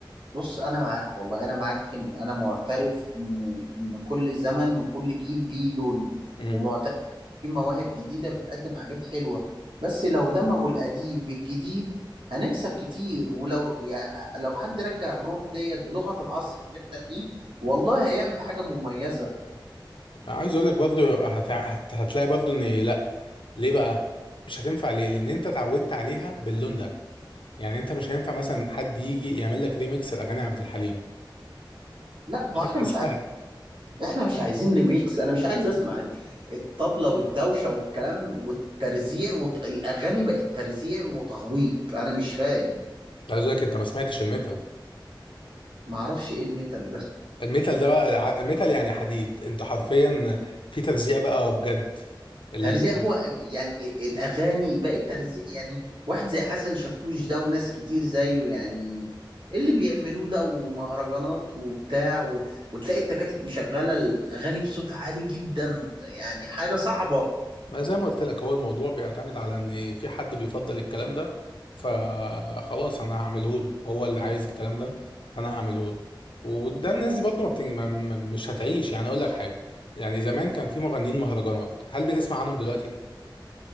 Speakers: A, on the right (about 75°); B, on the left (about 80°).
A: بص أنا معاك والله أنا معاك إن أنا معترف إن إن كل زمن وكل جيل ليه لونه
B: امم
A: ومعترف في مواهب جديدة بتقدم حاجات حلوة بس لو دمجوا القديم بالجديد هنكسب كتير ولو يعني لو حد رجع الروح ديت بلغة العصر اللي احنا فيه والله هيعمل حاجة مميزة
B: عايز اقول لك برضو هتع... هت... هتلاقي برضو ان لا ليه بقى مش هتنفع ليه لان انت اتعودت عليها باللون ده يعني انت مش هينفع مثلا حد يجي يعمل لك ريميكس لاغاني عبد الحليم
A: لا ما
B: مش
A: احنا
B: هتحسها
A: مش عايزين احنا مش عايزين ريميكس انا مش عايز اسمع ال- الطبلة والدوشة والكلام والترزيع والاغاني بقت ترزيع وتخبيط انا مش فاهم
B: عايز اقول لك انت ما سمعتش الميتال
A: ما اعرفش ايه الميتال ده
B: الميتال ده بقى ع- ميتال يعني حديد انت حرفيا في ترزيع بقى بجد ال...
A: ترزيع
B: ال-
A: هو يعني ال- الاغاني بقت ترزيع يعني واحد زي حسن شاكوش ده وناس كتير زيه يعني إيه اللي بيعملوه ده ومهرجانات وبتاع و... وتلاقي التكاتك مشغلة الاغاني بصوت عالي جدا يعني حاجة صعبة
B: ما زي ما قلت لك هو الموضوع بيعتمد على ان في حد بيفضل الكلام ده فخلاص انا هعمله له هو اللي عايز الكلام ده فانا هعمله له وده الناس دي برضه ما بتن... ما... ما- مش هتعيش يعني اقول لك حاجه يعني زمان كان في مغنيين مهرجانات هل بتسمع عنهم دلوقتي